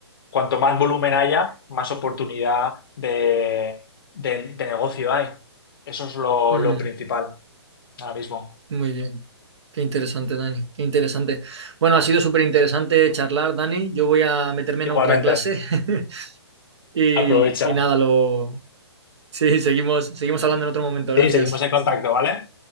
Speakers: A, on the left; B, on the right.
A: cuanto más volumen haya, más oportunidad de de, de negocio hay. Eso es lo,
B: mm.
A: lo principal ahora mismo.
B: Muy bien. Qué interesante, Dani. Qué interesante. Bueno, ha sido súper interesante charlar, Dani. Yo voy a meterme
A: Igualmente,
B: en otra clase <laughs> y,
A: aprovecha.
B: y nada, lo... Sí, seguimos, seguimos hablando en otro momento. Gracias.
A: Sí, seguimos en contacto, ¿vale?